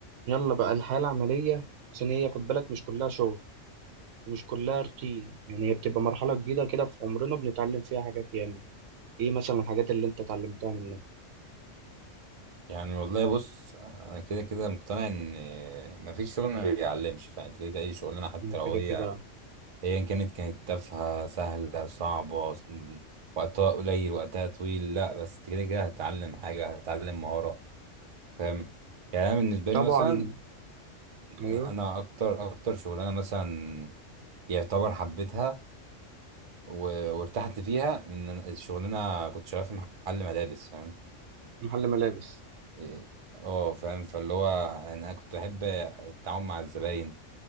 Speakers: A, on the right; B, on the right.
A: يلا بقى الحياة العملية عشان هي خد بالك مش كلها شغل مش كلها روتين يعني هي بتبقى مرحلة جديدة كده في عمرنا بنتعلم فيها حاجات ياما ايه مثلا الحاجات اللي انت اتعلمتها منها
B: يعني والله بص انا كده كده مقتنع ان مفيش شغل ما بيعلمش فانت كده كده اي شغلانه حتى
A: انا كده
B: لو هي
A: كده
B: ايا كانت كانت تافهه سهله صعبه س- وقتها قليل وقتها طويل لا بس انت كده كده هتتعلم حاجه هتتعلم مهاره فاهم يعني انا بالنسبه
A: طبعا
B: لي مثلا
A: ايوه
B: انا اكتر اكتر شغلانه مثلا يعتبر حبيتها و- وارتحت فيها ان أنا الشغلانه كنت شغال في محل ملابس فاهم
A: محل ملابس
B: إيه، اه فاهم فاللي هو يعني انا كنت بحب التعامل مع الزباين